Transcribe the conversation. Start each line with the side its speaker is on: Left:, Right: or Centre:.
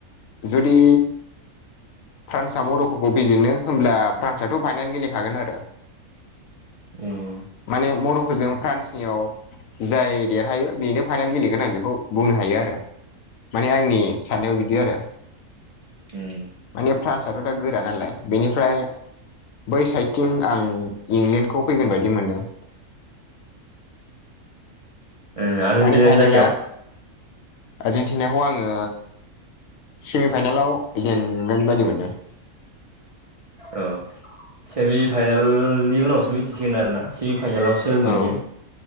Left: जुदि फ्रान्स आ म रख'खौ बिजिनो होमब्ला फ्रान्सथ' फाइनाेल गेलेखागोन आरो
Right: उम
Left: माने म रख'जों फ्रान्सनियाव जाय देरहायो बेनो फाइनाल गेलेगोन आं बेखौ बुंनो हायो आरो माने आंनि साननायाव बिदि आरो
Right: उम
Left: माने फ्रान्सआथ' दा गोरा नालाय बेनिफ्राय बै साइडथिं आं इंलेण्ड खौ फैगोन बायदि मोन्दों
Right: ओ आर्जेन्टिनानि
Left: माने फाइनाला
Right: जायगायाव
Left: आर्जेनटिनाखौ आङो सेमि फाइनेलाव जेनगोन बायदि मोनदों
Right: औ सेमि फाइनालनि उनावसो मिथिसिगोन आरोना सेमि फाइनेलावसो सोरमोन
Left: औ
Right: इयो